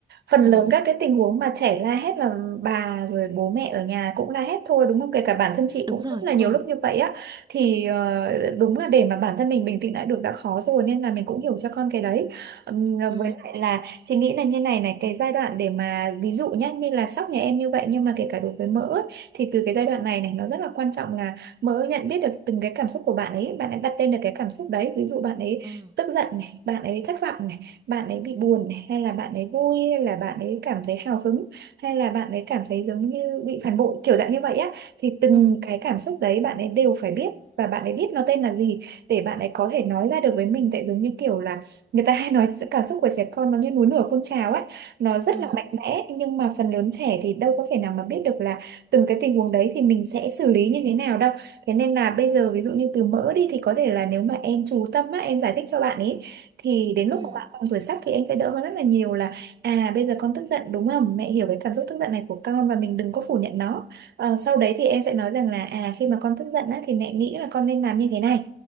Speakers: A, on the right (about 75°); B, on the right (about 25°).
A: Phần
B: Ừ,
A: lớn các cái tình huống mà trẻ la hét là bà rồi bố mẹ ở nhà cũng la hét thôi đúng không? Kể cả bản thân chị
B: đúng
A: cũng
B: rồi.
A: rất là nhiều
B: Ừ.
A: lúc như vậy á. Thì ờ, đúng là để mà bản thân mình bình tĩnh lại được đã khó rồi nên là mình cũng hiểu cho con cái đấy. Ừm, ờ,
B: Ừ.
A: với lại là chị nghĩ là như này này, cái giai đoạn để mà ví dụ nhá như là sóc nhà em như vậy nhưng mà kể cả đối với mỡ ấy, thì từ cái giai đoạn này này nó rất là quan trọng là mỡ nhận biết được từng cái cảm xúc của bạn ấy, bạn ấy đặt tên được cái cảm xúc đấy. Ví dụ bạn ấy
B: Ừ.
A: tức giận này bạn ấy thất vọng này bạn ấy bị buồn này hay là bạn ấy vui hay là bạn ấy cảm thấy hào hứng hay là bạn ấy cảm thấy giống như bị phản bội kiểu dạng như vậy á thì từng
B: Ừ.
A: cái cảm xúc đấy bạn ấy đều phải biết và bạn ấy biết nó tên là gì để bạn ấy có thể nói ra được với mình tại giống như kiểu là người ta hay nói sự cảm xúc của trẻ con nó như núi lửa phun trào ấy nó rất
B: Ừ.
A: là mạnh mẽ nhưng mà phần lớn trẻ thì đâu có thể nào mà biết được là từng cái tình huống đấy thì mình sẽ xử lý như thế nào đâu Thế nên là bây giờ ví dụ như từ mỡ đi thì có thể là nếu mà em chú tâm á, em giải thích cho bạn ấy thì đến lúc
B: Ừ.
A: mà
B: Ừ.
A: bạn bằng tuổi sắp thì em sẽ đỡ hơn rất là nhiều là à bây giờ con tức giận đúng không? Mẹ hiểu cái cảm xúc tức giận này của con và mình đừng có phủ nhận nó. Ờ, sau đấy thì em sẽ nói rằng là à khi mà con tức giận á, thì mẹ nghĩ là con nên làm như thế này.